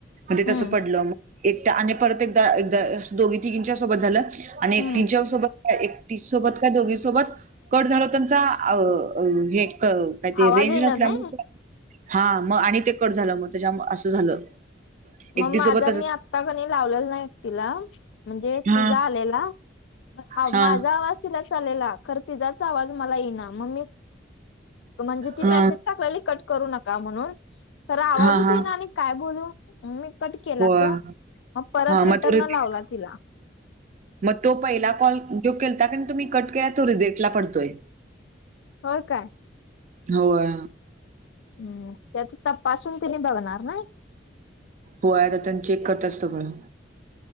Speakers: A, on the right (about 40°); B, on the left (about 80°).
A: म्हणजे
B: हम्म
A: तसं पडलं मग एकटा आणि परत एकदा, एकदा दोघी तींघी च्या सोबत झालं आणि एकटीच्या
B: हम्म
A: सोबत एकटी सोबत त्या दोघीसोबत कट झाल त्यांचा अ हे करते. काय ते
B: आवाज
A: रेंज
B: येईना
A: नसल्यामुळे
B: नाही
A: हा मग आणि ते कट झालं मग त्याच्या असं झालं. एकटी
B: मग माझा
A: सोबत तसं
B: मी आत्ता कणी लावलेला ना एकतीला. म्हणजे
A: हा
B: तिझा आलेला पण
A: हा
B: माझा आवाज. तिला चालेला खर तिजाच आवाज मला येईना मग मी म्हणजे ती
A: हा
B: मेसेज टाकलेली कट करू नका म्हणून, खर आवाजच
A: हा हा
B: येई ना आणि काय बोलू मी कट केला
A: होय.
B: तो, मग परत
A: हां मग
B: रिटर्न
A: तो रिजेक्ट
B: लावला तिला-
A: मग तो पहिला कॉल जो केलता कान तुम्ही कट केला तो रिझेल्टला पडतोय.
B: हो काय.
A: होय
B: हम्म त्यात तपासून तीनी बघणार नाय,
A: हो आता त्यांचि चेक करतात सगळं,